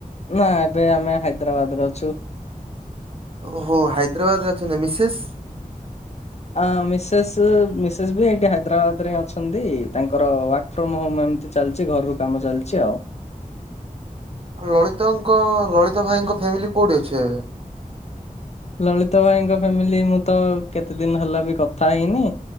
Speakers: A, on the left; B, on the right.
A: ନା ଏବେ ଆମେ ହାଇଦ୍ରାବାଦରେ ଅଛୁ।
B: ଓହୋ ହାଇଦ୍ରାବାଦରେ ଅଛନ୍ତି ମିସେସ
A: ଆ ମିସେସେ ମେସେସେ ବି ଏଠି ହାଇଦ୍ରାବାଦରେ ଅଛନ୍ତି ତାଙ୍କର ୱାଟ ଫ୍ରମ ହୋମ ଏମିତି ଚାଲିଚି ଘରରୁ କାମ ଚାଲିଚି ଆଉ
B: ଲଳିତଙ୍କ ଲଳିତ ଭାଇଙ୍କ ଫ୍ୟାମିଲି କୋଉଠି ଅଛି ଆଜ୍ଞା
A: ଲଳିତ ଭାଇଙ୍କ ଫ୍ୟାମିଲି ମୁଁ ତ କେତେ ଦିନି ହେଲା ବି କଥା ହେଇନି।